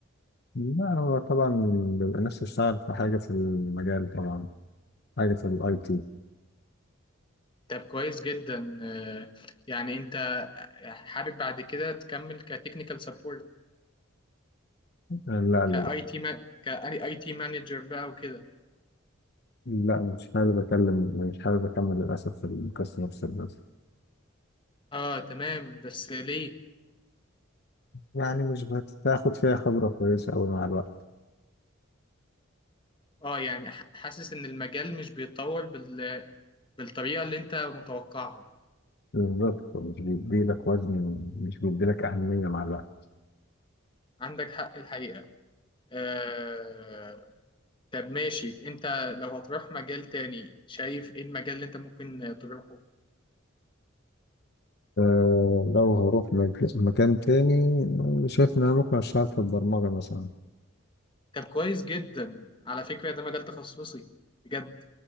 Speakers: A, on the left (about 50°); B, on the left (about 25°).
A: لا هو طبعا بيبقى نفسي اشتغل في حاجه في المجال طبعا حاجه في الاي تي
B: طب كويس جدا آه، يعني انت حابب بعد كده تكمل كتكنيكال سبورت
A: لا لا
B: كاي
A: لا
B: تي كاي تي مانجر بقى وكده
A: لا، مش حابب اكلم مش حابب اكمل للاسف في الكاستمر سيرفيس
B: اه تمام بس ليه
A: يعني مش بتاخد فيها خبره كويسه قوي مع الوقت
B: اه يعني ح- حاسس ان المجال مش بيتطور بال... بالطريقة اللي انت متوقعها
A: بالظبط مش بيديلك وزن مش بيديلك أهمية مع الوقت
B: عندك حق الحقيقة آه... طب ماشي انت لو هتروح مجال تاني شايف ايه المجال اللي انت ممكن تروحه
A: أه لو هروح مج- مكان تاني آه، شايف إن أنا ممكن أشتغل في البرمجة مثلا
B: طب كويس جدا على فكرة ده مجال تخصصي بجد